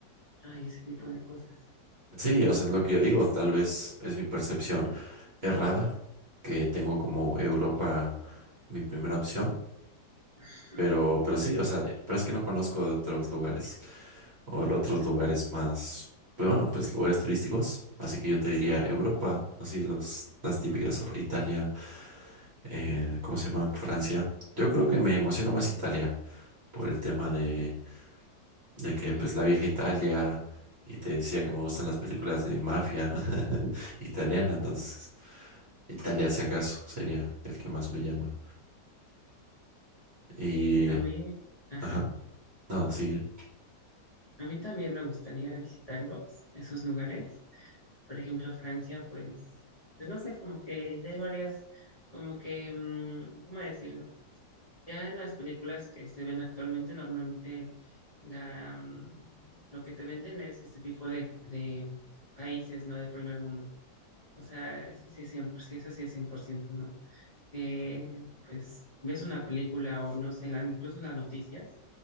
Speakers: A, on the left; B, on the right.
A: Hay ese tipo de cosas.
B: Sí, o
A: Entonces,
B: sea, es lo que yo digo. Tal vez es mi percepción errada, que tengo como Europa mi primera opción.
A: <laughs>
B: Pero, pero sí, o sea, pero es que no conozco de otros lugares o de otros lugares más, pues bueno, pues lugares turísticos. Así que yo te diría
A: ujú,
B: Europa, así los, las típicas, Italia. eh, ¿cómo se llama? Francia. Yo creo que me emociona más Italia por el tema de, de que
A: ujú.
B: pues la vieja Italia y te decía que me gustan las películas de mafia <laughs> italiana, entonces Italia si acaso sería el que más me llama. Y,
A: sí, a mí, ajá,
B: ajá, no, sigue.
A: a mí también me gustaría visitarlos, esos lugares. por ejemplo, Francia, pues, pues no sé, como que ya hay varias, como que, mm, ¿cómo decirlo? Ya en las películas que se ven actualmente, normalmente la, mm, lo que te venden es este tipo de, de países, ¿no? De primer mundo. O sea, eso sí es 100%, sí, eso sí es 100%, ¿no? Que pues ves una película o no sé, en la- incluso en las noticias,